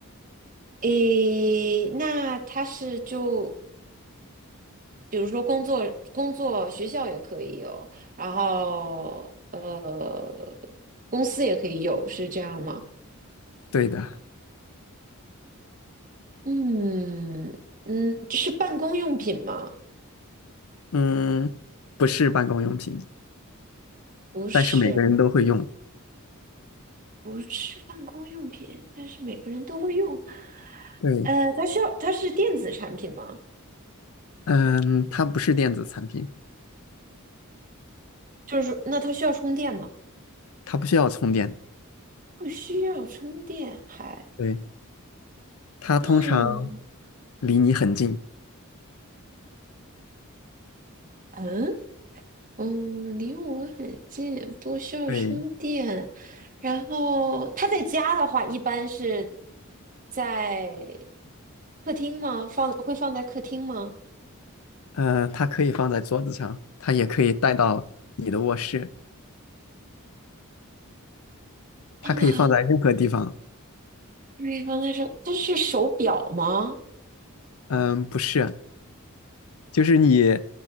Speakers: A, on the right; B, on the left.
A: 诶，那他是就比如说工作、工作、学校也可以有，然后呃，公司也可以有，是这样吗？
B: 对的，
A: 嗯嗯，是办公用品吗？
B: 嗯，不是办公用品，
A: 不是，
B: 但是每个人都会用。
A: 不是办公用品，但是每个人都会用。
B: 对，
A: 呃，它需要，它是电子产品吗？
B: 嗯，它不是电子产品，
A: 就是那它需要充电吗？
B: 它不需要充电。
A: 不需要充电，还
B: 对，它通常
A: 嗯
B: 离你很近。
A: 嗯。嗯，离我很近，不需要充电。
B: 对，
A: 然后他在家的话，一般是在客厅吗？放，会放在客厅吗？
B: 嗯，它可以放在桌子上，它也可以带到你的卧室，
A: 啊，
B: 它可以放在任何地方。
A: 可以放在这。它是手表吗？
B: 嗯，不是，就是你，